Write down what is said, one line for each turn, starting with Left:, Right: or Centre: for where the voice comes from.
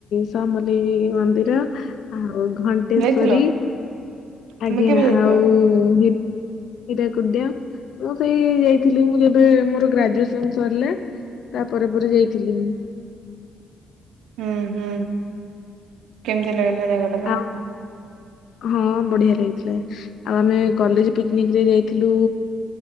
Left: ସମଲେଇ ମନ୍ଦିର ଆଉ ଘଣ୍ଟ ଟେଶରୀ
Right: ଯାଇଥିଲ ତମେ
Left: ଆଜ୍ଞା
Right: କେବେ ଯାଇଥିଲ
Left: ଆଉ ହ ହିରାକୁଦିଆ ମୁଁ ସେଇ ଯାଇ ଥିଲି ମୁଁ ଯେବେ ମୋର ଗ୍ରାଜୁଏସନ ସରିଲା ତା ପରେ ପରେ ଯାଇଥିଲି।
Right: ହୁଁ ହୁଁ। କେମିତି ଲାଗିଲା ଜାଗାଟା ତାହେଲେ?
Left: ଆଉ ହଁ ବଢିଆ ଲାଗିଥିଲା। ଆଉ ଆମେ କଲେଜ ପିକନିକରେ ଯାଇଥିଲୁ